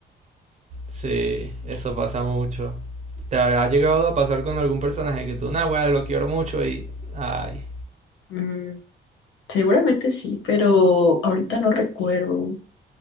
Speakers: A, on the right; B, on the left.
A: Sí, eso pasa mucho. ¿Te ha llegado a pasar con algún personaje que tú, nah, guarda, lo quiero mucho y... Ay,
B: Mm, seguramente sí, pero ahorita no recuerdo.